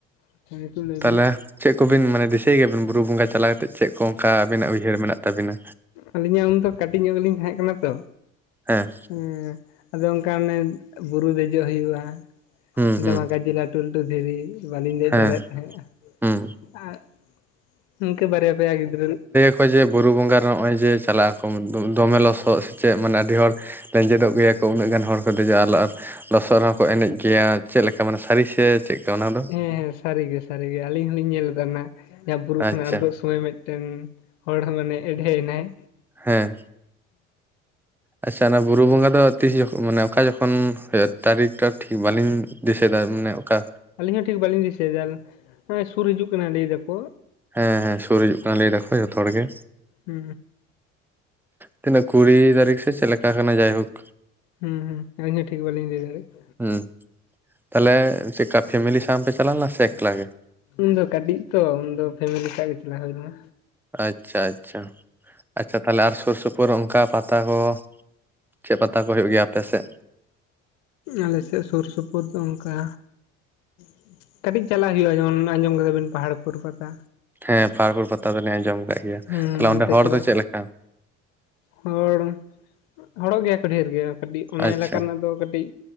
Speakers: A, on the left; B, in the centre.
A: ᱟᱪᱪᱷᱟ ᱱᱤᱛᱚᱜ ᱞᱟᱹᱭ
B: ᱛᱟᱸᱦᱚᱞᱮ,
A: ᱵᱤᱱ
B: ᱪᱮᱫ ᱠᱚᱵᱤᱱ ᱢᱟᱱᱮ ᱫᱤᱥᱟᱹᱭ ᱜᱮᱭᱟᱵᱤᱱ ᱵᱩᱨᱩ ᱵᱚᱸᱜᱟ ᱪᱟᱞᱟᱣ ᱠᱟᱛᱮᱫ ᱪᱮᱫ ᱠᱚ ᱚᱱᱠᱟ ᱟᱵᱤᱱᱟᱜ ᱩᱭᱦᱟᱹᱨ ᱢᱮᱱᱟᱜ ᱛᱟᱹᱵᱤᱱᱟ᱾
A: ᱟᱹᱞᱤᱧᱟᱜ ᱩᱱᱫᱚ ᱠᱟᱹᱴᱤᱡ ᱧᱚᱜ ᱜᱮ ᱞᱤᱧ ᱛᱟᱸᱦᱮ ᱠᱟᱱᱟ ᱛᱚ᱾
B: ᱦᱮᱸ
A: ᱦᱮᱸ ᱟᱫᱚ ᱚᱱᱠᱟᱱᱮ ᱵᱩᱨᱩ ᱫᱮᱡᱚᱜ ᱦᱩᱭᱩᱜᱼᱟ᱾
B: ᱦᱩᱸ
A: ᱚᱸᱰᱮ
B: ᱦᱩᱸ
A: ᱢᱟ ᱜᱟᱡᱤᱞ ᱞᱟᱹᱴᱩ ᱞᱟᱹᱴᱩ ᱫᱷᱤᱨᱤ ᱵᱟᱞᱤᱧ ᱫᱮᱡ
B: ᱦᱮᱸ
A: ᱫᱟᱲᱮᱭᱟᱜ ᱛᱟᱸᱦᱮᱜ-ᱟ᱾
B: ᱦᱩᱸ
A: ᱟᱨ ᱤᱱᱠᱟᱹ ᱵᱟᱨᱭᱟ ᱯᱮᱭᱟ ᱜᱤᱫᱽᱨᱟᱹ,
B: ᱚᱠᱚᱭ ᱡᱮ ᱵᱩᱨᱩ ᱵᱚᱸᱜᱟ ᱨᱮ ᱱᱚᱜᱼᱚᱭ ᱡᱮ ᱪᱟᱞᱟᱜ ᱟᱠᱚ ᱫᱚᱢᱮ ᱞᱚᱥᱚᱜ ᱥᱮᱪᱮᱫ ᱢᱟᱱᱮ ᱟᱹᱰᱤ ᱦᱚᱲ, ᱞᱮᱸᱡᱮᱫᱚᱜ ᱜᱮᱭᱟᱠᱚ ᱩᱱᱟᱹᱜ ᱜᱟᱱ ᱦᱚᱲ ᱠᱚ ᱫᱮᱡᱚᱜ-ᱟ ᱟᱨ ᱞᱚᱥᱚᱫ ᱨᱮᱸᱦᱚ ᱠᱚ ᱮᱱᱮᱡ ᱜᱮᱭᱟ ᱪᱮᱫᱞᱮᱠᱟ ᱢᱟᱱᱮ ᱥᱟᱹᱨᱤ ᱥᱮ ᱪᱮᱫᱞᱮᱠᱟ ᱚᱱᱟ ᱫᱚ,
A: ᱦᱮᱸ ᱦᱮᱸ ᱥᱟᱹᱨᱤᱜᱮ ᱥᱟᱹᱨᱤᱜᱮ ᱟᱹᱞᱤᱧ ᱦᱚᱞᱤᱧ ᱧᱮᱞ ᱞᱮᱜ-ᱟ᱾ ᱵᱩᱨᱩ ᱠᱷᱚᱱ
B: ᱟᱪᱪᱷᱟ
A: ᱟᱬᱜᱚᱜ ᱥᱚᱢᱚᱭ ᱢᱤᱫᱴᱮᱱ, ᱦᱚᱲ ᱦᱚ ᱢᱟᱱᱮ ᱮᱰᱷᱮ ᱮᱱᱟᱭ,
B: ᱦᱮᱸ ᱟᱪᱪᱷᱟ ᱚᱱᱟ ᱵᱩᱨᱩ ᱵᱚᱸᱜᱟ ᱫᱚ ᱛᱤᱥ ᱡᱚᱠᱷᱚᱱ ᱢᱟᱱᱮ ᱚᱠᱟ ᱡᱚᱠᱷᱚᱱ ᱦᱩᱭᱩᱜᱼᱟ ᱛᱟᱨᱤᱠᱴᱟ ᱴᱷᱤᱠ ᱵᱟᱹᱞᱤᱧ ᱫᱤᱥᱟᱹ ᱫᱟᱨ ᱢᱟᱱᱮ ᱚᱠᱟ,
A: ᱟᱞᱤᱧ ᱦᱚᱸ ᱴᱷᱤᱠ ᱵᱟᱞᱤᱧ ᱫᱤᱥᱟᱹᱭᱮᱫᱟ ᱱᱚᱜ-ᱚᱭ ᱥᱩᱨ ᱦᱤᱡᱩᱜ ᱠᱟᱱᱟ ᱞᱟᱹᱭ ᱮᱫᱟ ᱠᱚ,
B: ᱦᱮᱸ ᱦᱮᱸ ᱥᱩᱨ ᱦᱤᱡᱩᱜ ᱠᱟᱱᱟ ᱞᱟᱹᱭ ᱮᱫᱟ ᱠᱚ ᱡᱚᱛᱚ ᱦᱚᱲ ᱜᱮ,
A: ᱦᱩᱻ
B: ᱛᱤᱱᱟᱹᱜ ᱠᱩᱲᱤ ᱛᱟᱹᱨᱤᱠᱷ ᱥᱮ ᱪᱮᱫ ᱞᱮᱠᱟ ᱠᱟᱱᱟ ᱡᱟᱭᱦᱳᱠ
A: ᱦᱩᱸ ᱦᱩᱸ ᱟᱹᱞᱤᱧ ᱦᱚᱸ ᱴᱷᱤᱠ ᱵᱞᱤᱧ ᱞᱟᱹᱭ ᱫᱟᱲᱮᱜᱼᱟ
B: ᱮᱺᱜ ᱛᱟᱦᱚᱞᱮ ᱪᱮᱫᱠᱟ ᱯᱷᱮᱢᱮᱞᱤ ᱥᱟᱶ ᱯᱮ ᱪᱟᱞᱟᱣ ᱞᱮᱱᱟ ᱥᱮ ᱮᱠᱞᱟ ᱜᱮ
A: ᱩᱱᱫᱚ ᱠᱟᱹᱴᱤᱡ ᱛᱚ ᱩᱱᱫᱚ ᱯᱷᱮᱢᱮᱞᱤ ᱥᱟᱜ ᱜᱮ ᱪᱟᱞᱟᱣ ᱦᱩᱭ ᱞᱮᱱᱟ
B: ᱟᱪᱪᱷᱟ ᱟᱪᱪᱷᱟ ᱟᱪᱪᱷᱟ ᱛᱟᱦᱞᱮ ᱟᱨ ᱥᱩᱨ ᱥᱩᱯᱩᱨ ᱚᱱᱠᱟ ᱯᱟᱛᱟ ᱠᱚ ᱪᱮᱫ ᱯᱟᱛᱟ ᱠᱚ ᱦᱩᱭᱩᱜ ᱜᱮᱭᱟ ᱟᱯᱮ ᱥᱮᱫ
A: ᱟᱞᱮᱥᱮᱫ ᱥᱩᱨ ᱥᱩᱯᱩᱨ ᱫᱚ ᱚᱱᱠᱟ <inaudible> ᱠᱟᱹᱴᱤᱡ ᱪᱟᱞᱟᱜ ᱦᱩᱭᱩᱜᱼᱟ ᱡᱮᱢᱚᱱ ᱚᱱᱟ ᱟᱸᱡᱚᱢ ᱠᱟᱫᱟᱵᱤᱱ ᱯᱟᱦᱟᱲ ᱯᱩᱨ ᱯᱟᱛᱟ
B: ᱦᱮᱸ ᱯᱟᱦᱟᱲ ᱯᱩᱨ ᱯᱟᱛᱟ ᱫᱚᱞᱤᱧ ᱟᱸᱡᱚᱢ ᱟᱠᱟᱫ ᱜᱮᱭᱟ
A: ᱦᱩᱸ
B: ᱛᱟᱦᱞᱮ
A: ᱚᱱᱛᱮ
B: ᱚᱸᱰᱮ ᱦᱚᱲ
A: ᱪᱟᱞᱟᱜ
B: ᱫᱚ ᱪᱮᱫ ᱞᱮᱠᱟ
A: ᱦᱚᱲ ᱦᱚᱲᱚᱜ ᱜᱮᱭᱟ ᱠᱚ ᱰᱷᱮᱨ ᱜᱮ ᱠᱟᱹᱴᱤᱡ ᱚᱱᱟ
B: ᱟᱪᱪᱷᱟ
A: ᱮᱞᱟᱠᱟ ᱨᱮᱱᱟᱜ ᱫᱚ ᱠᱟᱹᱴᱤᱡ